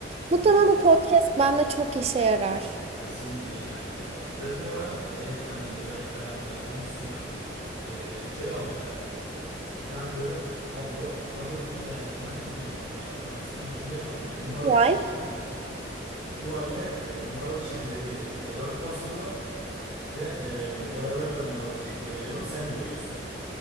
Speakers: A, on the right; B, on the right.
A: Muhtemelen
B: Hmm.
A: bu podcast bende çok işe yarar.
B: Kesinlikle işe yarar ya. Ve bu ara eğer hani mozaik falan yapıyormuşsun ya e, şey aldım ben. Bir tane böyle tablo, tablo dedim de yani ona ne deniyordu ya? Tam ismini hatırlayamadım da numaralı
A: Yay.
B: şekilde tuvalle e, numaralı şekilde bir fotoğraf basıyorlar ve e, boyaları da numaralı şekilde veriyorlar. Sen boyuyorsun.